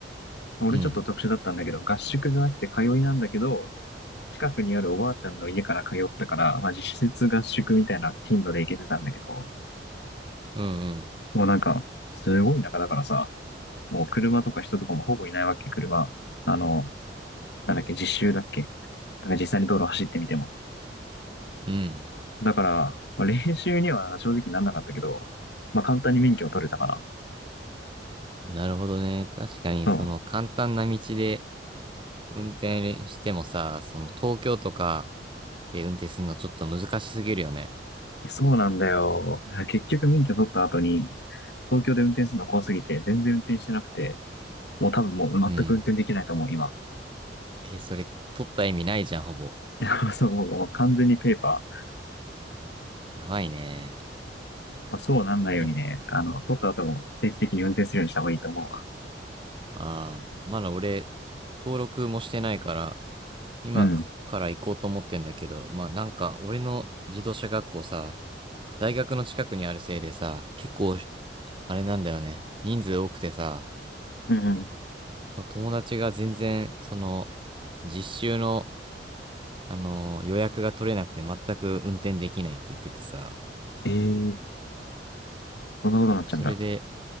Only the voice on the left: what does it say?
俺ちょっと特殊だったんだけど、
合宿じゃなくて通いなんだけど、近くにあるおばあちゃんの家から通ったから、まあ、実質合宿みたいな頻度で行けてたんだけど、
もうなんか、すごい田舎だからさ、もう車とか人とかもほぼいないわけ、車。あの、なんだっけ、実習だっけ。なんか実際に道路走ってみても。
だから、まあ、練習には正直なんなかったけど、まあ、簡単に免許を取れたかな。
そ
う。そうなんだよ。いや結局免許取った後に、東京で運転するの怖すぎて、全然運転してなくて、もう多分もう全く運転できないと思う、
今。
<laughs> そう、もう完全にペーパー。
まあ、そうなんないようにね、
あの、取った後も定期的に運転するようにした方がいいと思うわ。
うん。
うんうん。
ええー、そんなことになっちゃうんだ。